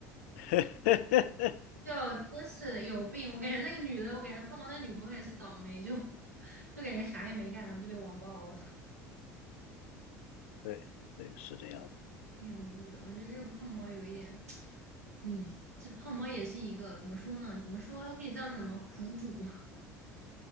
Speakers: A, on the left (about 60°); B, on the right (about 85°).
A: <laughs>
B: 就真是有病！我感觉那个女的，我感觉胖猫那女朋友也是倒霉，就 <laughs> 就感觉啥也没干，然后就被网暴了，
A: 对对，是这样的。
B: <laughs> 挺无语的。我觉得这个胖猫有一点，<tsk> 你这胖猫也是一个怎么说呢？怎么说可以叫什么苦主？<laughs>